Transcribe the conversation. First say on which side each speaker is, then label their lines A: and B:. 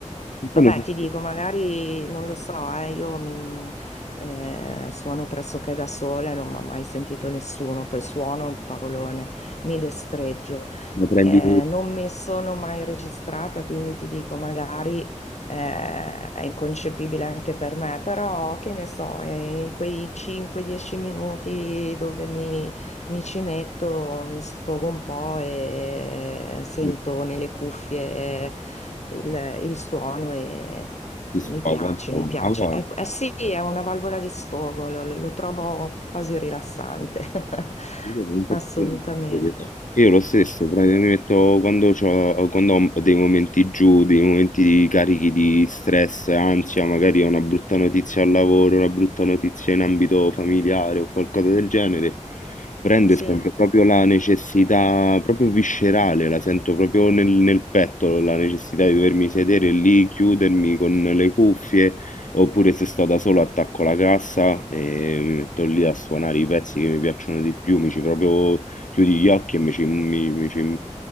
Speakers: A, on the left; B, on the left.
A: Vabbè,
B: Solo se
A: ti dico, magari non lo so, eh, io mi, eh, suono pressoché da sola, non mi ha mai sentito nessuno, poi suono un parolone, mi destreggio.
B: lo prendi
A: Eh, non mi sono mai registrata, quindi ti dico, magari eh, è inconcepibile anche per me, però che ne so, eh, in quei 5-10 minuti dove mi mi ci metto, mi sfogo un po' e sento
B: eh,
A: nelle cuffie il, il suono e
B: ti
A: mi
B: sfoga,
A: piace,
B: insomma,
A: mi piace.
B: allora.
A: È- eh sì, è una valvola di sfogo, lo, lo trovo quasi rilassante, <laughs>
B: Io non posso
A: assolutamente.
B: crederci. Io lo stesso, praticamente mi metto quando, c'ho- quando ho dei momenti giù, dei momenti di carichi di stress, ansia, magari ho una brutta notizia al lavoro, una brutta notizia in ambito familiare o qualcosa del genere, prendo
A: Sì.
B: e sento proprio la necessità, proprio viscerale, la sento proprio nel, nel petto, la necessità di dovermi sedere lì, chiudermi con le cuffie Oppure se sto da solo attacco la cassa e mi metto lì a suonare i pezzi che mi piacciono di più, mi ci proprio chiudi gli occhi e mi ci, mi- mi ci-